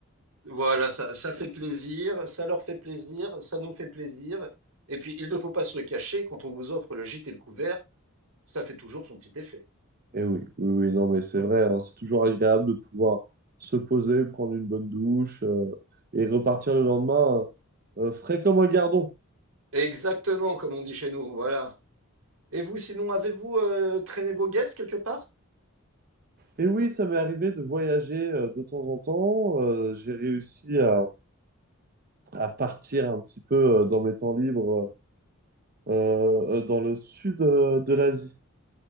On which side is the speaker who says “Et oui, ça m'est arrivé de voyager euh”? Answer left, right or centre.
Right